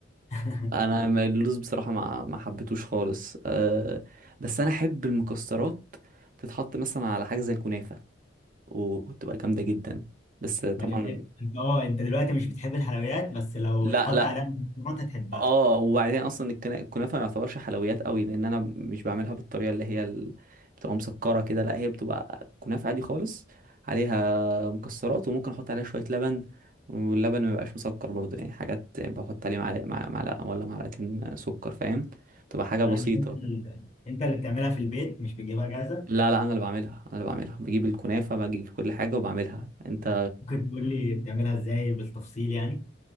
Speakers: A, on the left (about 35°); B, on the right (about 45°).
A: <laughs>
B: انا ما- اللوز بصراحه ما ما حبيتوش خالص أه بس انا احب المكسرات تتحط مثلا على حاجه زي الكنافه و- وتبقى جامده جدا بس طبعا
A: مش انت أنت- اه انت دلوقتي مش بتحب الحلويات بس لو
B: لا
A: اتحط
B: لا
A: عليها مكسرات هتحبها
B: اه وبعدين اصلا الكنا- الكنافه ما يعتبرش حلويات قوي لان انا مش بعملها بالطريقه اللي هي ال- بتبقى مسكره كده لا هي بتبقى كنافه عادي خالص عليها مكسرات وممكن احط عليها شويه لبن واللبن ما بيبقاش مسكر برضه يعني حاجات بحط عليه معلقه معلقه ولا معلقتين سكر فاهم تبقى حاجه
A: يعني
B: بسيطه
A: انت ال... انت اللي بتعملها في البيت مش بتجيبها جاهزه
B: لا لا انا اللي بعملها انا اللي بعملها بجيب الكنافه بجيب كل حاجه وبعملها انت
A: ممكن تقول لي بتعملها ازاي بالتفصيل يعني